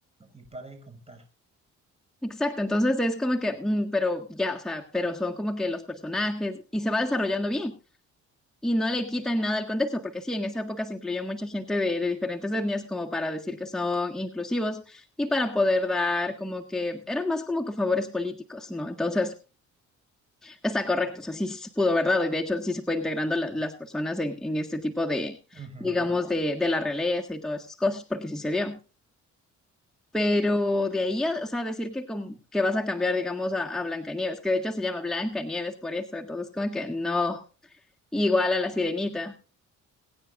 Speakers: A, on the right; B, in the centre.
A: y para de contar.
B: Exacto, entonces es como que, mm, pero ya, o sea, pero son como que los personajes y se va desarrollando bien. y no le quitan nada al contexto, porque sí, en esa época se incluyó mucha gente de, de diferentes etnias como para decir que son inclusivos y para poder dar como que, eran más como que favores políticos, ¿no? Entonces, está correcto, o sea, sí se pudo verdad y de hecho sí se fue integrando la- las personas en, en este tipo de,
A: Ujú,
B: digamos, de, de la realeza y todas esas cosas, porque sí se dio. Pero de ahí, a- o sea, decir que, como, que vas a cambiar, digamos, a, a Blancanieves, que de hecho se llama Blancanieves por eso, entonces como que no, igual a la Sirenita.